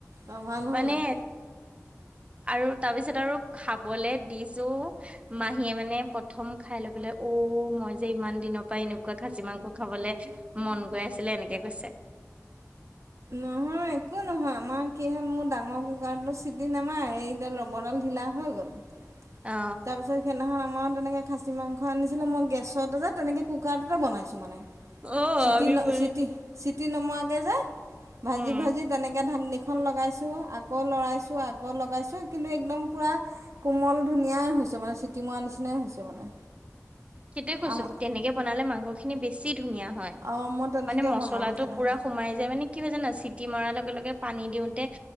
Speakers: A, on the right; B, on the right.
A: অ ভাল হ'ল
B: মানে
A: নাই
B: আৰু তাৰ পিছত আৰু খাবলে দিছো। মাহীয়ে মানে প্ৰথম খাই লৈ পেলাই, অ, মই যে ইমান দিনৰ পৰা এনেকুৱা খাচী মাংস খাবলে মন গৈ আছিলে, এনেকে কৈছে।
A: নহয় একো নহয়, মই কি হ'ল মোৰ ডাঙৰ কুকাৰতো চিটি নেমাৰে, এইডাল ৰবৰডাল ঢিলা হৈ গ'ল।
B: অ
A: তাৰ পিছত সেইদিনাখন আমাৰো তেনেকে খাচী মাংস আনিছিলে, মই গেছতে যে তেনেকে কুকাৰটোতে বনাইছোঁ মানে।
B: অ
A: চিটি,
B: আমিও এ
A: চিটি, চিটি নমৰাকে যে। ভাজি-ভাজি
B: উম
A: তেনেকে ঢাকনিখন লগাইছোঁ, আ আকৌ লৰাইছোঁ, আকৌ লগাইছো, কিন্তু একদম পোৰা কোমল ধুনীয়া হৈছে মানে, চিটি মৰাৰ নিচিনাই হৈছে মানে।
B: সেইটোৱে কৈছো,
A: আমাৰ
B: তেনেকে বনালে মাংস খিনি বেছি ধুনীয়া হয়।
A: অঁ মই তেনেকৈ
B: মানে মচলাটো
A: বনালোঁ সেইদিনাখন
B: পুৰা সোমাই যায়, মানে কি হয় জানা? চিটি মাৰ লগে-লগে পানী দিওতে